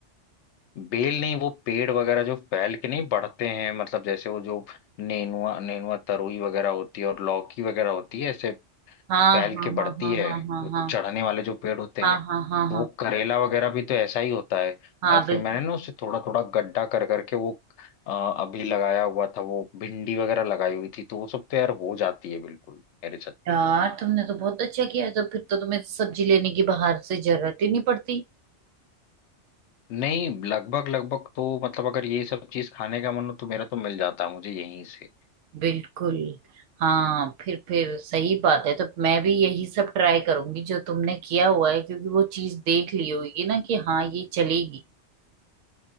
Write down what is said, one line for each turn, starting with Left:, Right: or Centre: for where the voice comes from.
Left: बेल नहीं वो पेड़ वगैरह जो फैल के नहीं बढ़ते हैं मतलब जैसे वो जो नेनुआ नेनुआ तरुई वगैरह होती है और लौकी वगैरह होती है ऐसे
Right: हाँ
Left: फैल
Right: हाँ
Left: के बढ़ती
Right: हाँ
Left: है
Right: हाँ हाँ
Left: वो
Right: हाँ
Left: चढ़ने वाले जो पेड़ होते
Right: हाँ
Left: हैं
Right: हाँ हाँ हाँ
Left: तो
Right: हाँ
Left: वो करेला वगैरह भी तो ऐसा ही होता है
Right: हाँ
Left: और
Right: बिल्कुल
Left: फिर मैंने ना उसे थोड़ा थोड़ा गड्ढा कर करके वो अ, अभी लगाया हुआ था वो भिंडी वगैरह लगाई हुई थी तो वो सब तो यार हो जाती है बिल्कुल मेरे छत
Right: यार
Left: पे
Right: तुमने तो बहुत अच्छा किया है तो फिर तो तुम्हें सब्जी लेने की बाहर से जरूरत ही नहीं पड़ती
Left: नहीं लगभग लगभग तो मतलब अगर ये सब चीज खाने का मन हो तो मेरा तो मिल जाता है मुझे यहीं से
Right: बिल्कुल हाँ फिर फिर सही बात है तो मैं भी यही सब ट्राई करूंगी जो तुमने किया हुआ है क्योंकि वो चीज देख ली होगी ना कि हाँ ये चलेगी